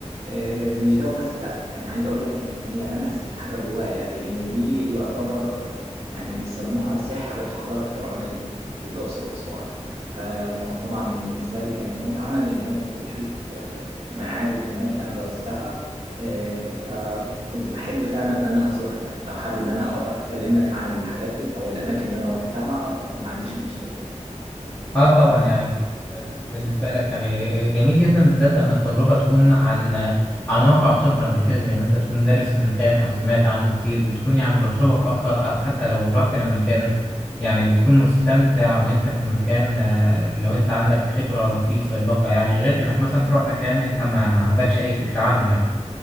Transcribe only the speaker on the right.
آه، مش ده وبس لا يعني عايز اقول لك ان هي لمست حاجه جوايا لان دي يعتبر يعني بيسموها سحر الحضاره الفرعونيه الاقصر واسوان ف- فانا طبعا بالنسبه لي كانت متعه لان انا كنت بشوف آه، معابد هناك انا درستها آه، فكنت بحب فعلا ان انا ازورها يعني لو حابب ان انا اتكلم لك عن الحاجات ال- او الاماكن اللي انا رحتها ما عنديش مشكله